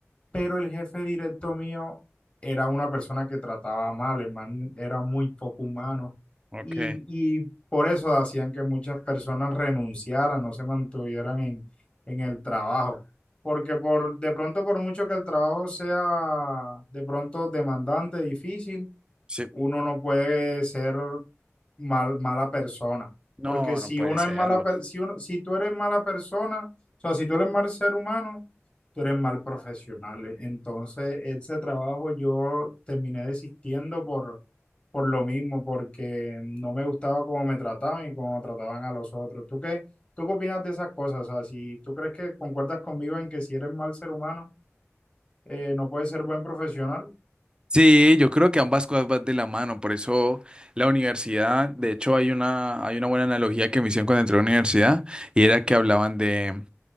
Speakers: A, on the left (about 25°); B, on the right (about 20°).
A: pero el jefe directo mío era una persona que trataba mal, el man era muy poco humano
B: Ok.
A: y, y por eso hacían que muchas personas renunciaran, no se mantuvieran en, en el trabajo, porque por, de pronto por mucho que el trabajo sea de pronto demandante, difícil,
B: sí.
A: uno no puede ser mal- mala persona.
B: No,
A: Porque si
B: no puede
A: uno
B: serlo.
A: es mala, per- si uno, si tú eres mala persona, o sea, si tú eres mal ser humano, tú eres mal profesional. Entonces, ese trabajo yo terminé desistiendo por, por lo mismo, porque no me gustaba cómo me trataban y cómo trataban a los otros. ¿Tú qué, tú qué opinas de esas cosas? O sea, si tú crees que concuerdas conmigo en que si eres mal ser humano, eh, no puedes ser buen profesional.
B: Sí, yo creo que ambas cosas van de la mano, por eso la universidad, de hecho hay una, hay una buena analogía que me hicieron cuando entré a la universidad y era que hablaban de,